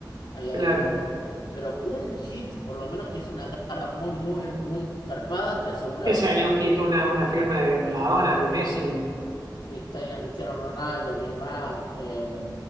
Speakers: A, on the left; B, on the right.
A: ahí adentro.
B: claro.
A: Pero un hit, por lo menos que es una carga muy, muy, muy zarpada, te aseguraba.
B: ¿Qué sería un hit? Una, una firma de Maradona, de Messi,
A: Cristiano, Cristiano Ronaldo, Neymar, eh,